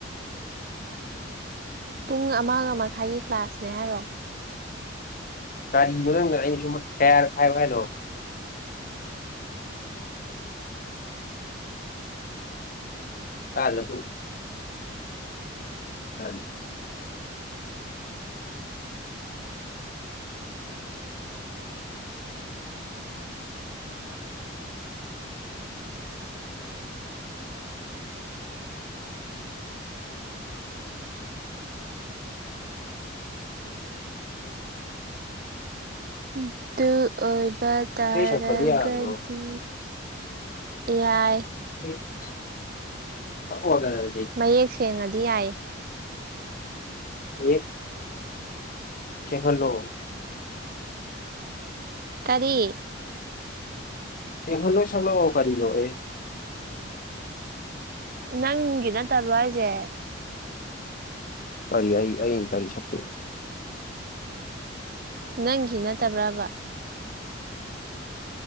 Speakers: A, on the right; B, on the left.
A: ꯄꯨꯡ ꯑꯃꯒ ꯃꯈꯥꯏꯒꯤ ꯀ꯭ꯂꯥꯁꯅꯦ ꯍꯥꯏꯔꯣ
B: ꯀꯔꯤ ꯅꫭ ꯅꯪꯅ ꯑꯩꯅ ꯁꯨꯝ ꯀꯌꯥꯔꯛ ꯍꯥꯏꯑꫭ ꯍꯥꯏꯅꫭ ꯀꯥꯗꯔꯥ ꯇꫭꯡ ꯎ <unintelligible>
A: ꯑꯗꯨ ꯑꯣꯏꯕ ꯇꯔꯥꯒꯗꯤ
B: ꯏꯁꯩ ꯁꯛꯄꯗꯤ ꯌꯥꯗ꯭ꯔꯣ
A: ꯑꯦꯌꯥꯏ
B: <unintelligible> ꯊꯛꯑꫭꯗꯅ ꯑꯗꯨꯗꯤ
A: ꯃꯌꯦꯛ ꯁꯦꯡꯉꯗꯤ ꯌꯥꯏꯌꯦ
B: ꯑꯦ ꯁꯦꯡꯍꯥꯟꯂꫭ
A: ꯀꯔꯤ
B: ꯁꯦꯡꯍꯥꯟ <unintelligible> ꯁꯥꯡꯂꯥꯛꯑꫭ ꯀꯔꯤꯅꫭ ꯑꯦ
A: ꯅꯪꯒꯤ ꯅꯠꯇꯕꯔꯣ ꯍꯥꯏꯖꯦ
B: ꯀꯔꯤ ꯑꯩ ꯑꯩꯒꯤ ꯀꯔꯤ ꯁꯥꯡꯇꯨꯏꯕ
A: ꯅꯪꯒꯤ ꯅꯠꯇꯕ꯭ꯔꯕ